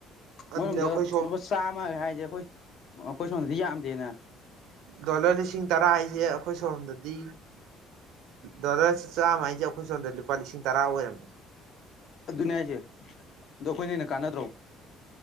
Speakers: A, on the left (about 50°); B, on the right (about 85°).
A: ꯃꯣꯏꯔꯣꯝꯗ
B: ꯑꯗꯨꯅ ꯑꯩꯈꯣꯏ ꯁꯣꯝ
A: ꯂꯨꯄꯥ ꯆꯥꯝꯃ ꯍꯥꯏ ꯁꯤꯁꯦ ꯑꯩꯈꯣꯏ ꯑꯩꯈꯣꯏ ꯁꯣꯝꯗꯗꯤ ꯌꯥꯝꯗꯦꯅ
B: ꯗꯣꯂꯔ ꯂꯤꯁꯤꯡ ꯇꯔꯥ ꯍꯥꯏꯁꯦ ꯑꯩꯈꯣꯏ ꯁꯣꯝꯗꯗꯤ ꯗꯣꯂꯔ ꯆꯥꯝꯃ ꯍꯥꯏꯁꯦ ꯑꯩꯈꯣꯏ ꯁꯣꯝꯗꯗꯤ ꯂꯨꯄꯥ ꯂꯤꯁꯤꯡ ꯇꯔꯥ ꯑꯣꯏꯔꯝꯃꯤ
A: ꯑꯗꯨꯅꯤꯌꯥꯁꯦ ꯑꯗꯣ ꯑꯩꯈꯣꯏꯅꯦꯅ ꯀꯥꯟꯅꯗ꯭ꯔꯣ